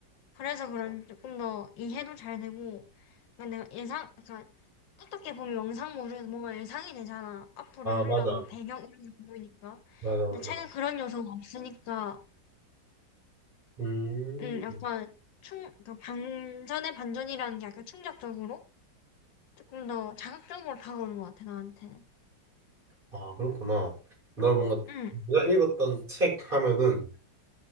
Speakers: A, on the left; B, on the right.
A: 그래서 그런지 조금 더 이해도 잘 되고, 약간 내가 예상, 약간 어떻게 보면 영상물은 뭔가 예상이 되잖아. 앞으로의
B: 아,
A: 흘러가
B: 맞아.
A: 뭐 배경 이런 게 보이니까.
B: 맞아, 맞아.
A: 근데 책은 그런 요소가 없으니까,
B: 음,
A: 음, 약간 충, 그러니까 반전의 반전이라는 게 약간 충격적으로? 조금 더 자극적으로 다가오는 것 같아, 나한테는.
B: 아, 그렇구나. 나 뭔가
A: 응,
B: 내가 읽었던 책 하면은